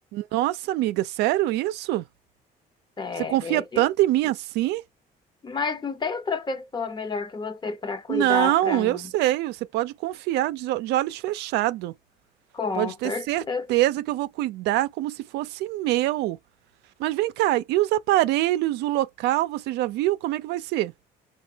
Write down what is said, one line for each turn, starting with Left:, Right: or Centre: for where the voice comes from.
Right: Nossa, amiga, sério isso?
Left: Sede.
Right: Você confia tanto em mim assim?
Left: Mas não tem outra pessoa melhor que você para cuidar
Right: Não,
Left: para mim?
Right: eu sei. Você pode confiar de, o- de olhos fechados.
Left: Com
Right: Pode ter
Left: certeza.
Right: certeza que eu vou cuidar como se fosse meu. Mas vem cá, e os aparelhos, o local, você já viu? Como é que vai ser?